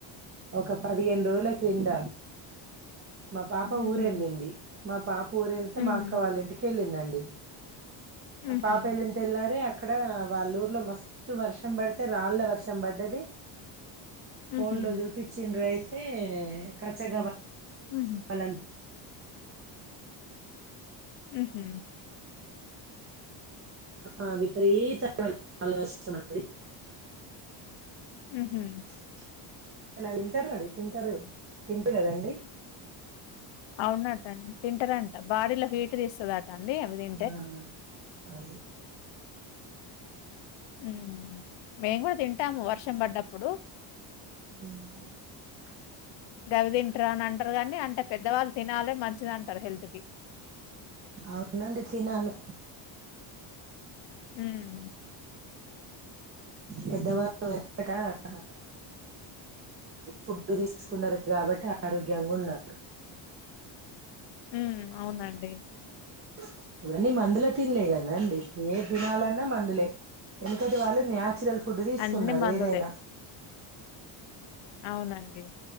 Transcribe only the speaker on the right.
ఒక పదిగేను రోల క్రింద. మా పాప
ఊరేళ్ళింది మా పాప ఊరేళ్తే
మా అక్క వాళ్ళ ఇంటి. కేళ్ళిందండి
పాప ఏళింది. తెల్లారే అక్కడా వాళ్ళ ఊర్లో మస్తు వర్షం బడితే రాళ్ళ వర్షం బడ్డది.
ఫోన్లో చూపించిండ్రు అయితే <unintelligible>
<unintelligible>
ఆ విపరీత <unintelligible> వర్షం అండి
<unintelligible> వింటారు అండి తింటారు తిం <unintelligible> కదండి
ఆ అవు
హు
అవునండి తినలే
పెద్ద <unintelligible> ఫుడ్ తీసుకున్నారు కాబట్టి ఆరోగ్యంగ ఉన్నారు
<unintelligible> మందులో తినలే కదండి ఏ తినాలన్నా మందులే ఎందుకంటే వాళ్ళు న్యాచురల్ ఫుడ్ తీసుకున్నారు
ఏదైన